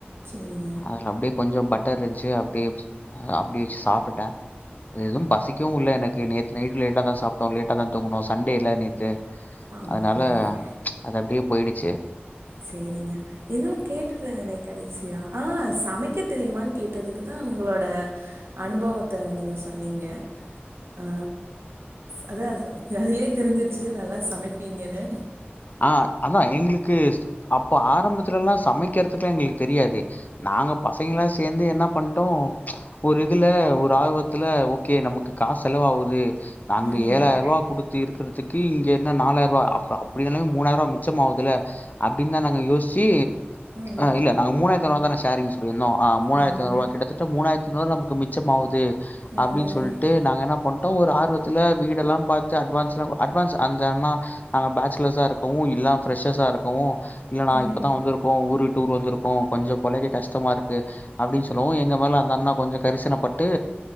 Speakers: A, on the right (about 85°); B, on the left (about 45°).
A: சேரிங்க
B: அத அப்டே.. கொஞ்சம் பட்டர் வச்சு, அப்டிடே அப்டியே வச்சு சாப்புட்டேன். அது எதுவும்... பசிக்கவும் இல்ல, எனக்கு நேத்து நைட்டு லேட்டாதான் சாப் நல்லா தூங்கணும். சண்டேல்ல நேத்து,
A: ஆமா
B: அதனால
A: ஆமா ஆமா
B: அது அப்டியே போயிடுச்சி
A: சேரிங்க எதுவும் கேட்டுட்டு இருந்தனே கடைசியா.. ஆ சமைக்க தெரியுமான்னு கேட்டதுக்குதான் உங்களோட.. அனுபவத்த நீங்க சொன்னீங்க! ஆ அதான் அதுலயே தெரிஞ்சிச்சு நல்லா சமைப்பீங்கன்னு
B: ஆ அதான் எங்களுக்கு அப்போ ஆரம்பத்துலல்லாம் சமைக்கிறதுக்குல்லாம் எங்களுக்கு தெரியாது நாங்க பசங்களா சேந்து என்ன பண்ட்டோம் ஒரு இதுல, ஒரு ஆர்வத்துல ஓகே நமக்கு காசு செலவாவுது நாங்க
A: ம் ம்
B: ஏழாயிரரூவா குடுத்து இருக்கறதுக்கு, இங்க என்ன நாலாயிரரூவா அப் அ அப்டின்னாலே மூணாயிரரூவா மிச்சம் ஆவுதுல்ல அப்டின்னுதான் நாங்க யோசிச்சு
A: ம்.
B: இல்ல நாங்க மூணாயிரத்துஐநூறு ரூவாதான சேரிங் சொல்லியிருந்தோம் மூணாயிரத்துஐநூறு
A: ஆமாம்.
B: ரூவா, கிட்டத்தட்ட மூணாயிரத்து ஐநூறுரூவா மிச்சமாகுது
A: ம்
B: அப்டின்னு சொல்ட்டு,
A: ம்
B: நாங்க என்ன பண் டோ ஒரு ஆர்வத்துல வீடெல்லாம் பாத்து, அட்வான்ஸ்லாம், அட்வான்ஸ் அந்தண்ணா அந் பே பேச்சேலர்ஸ்ஸா இருக்கவும், இல்ல பிரெஷ்ர்ஸ்ஸா இருக்கவும், இல்லன்னா
A: ம்.
B: இப்பதான் வந்துதிரு க்கோ ஊரு விட்டு ஊர் வந்திருக்கோ கொஞ்சோ பொழைக்க கஷ்டமா இருக்கு அப்டின்னு சொல்லவும், எங்க மேல அந்த அண்ணா கொஞ்சோ கரிசனப்பட்டு,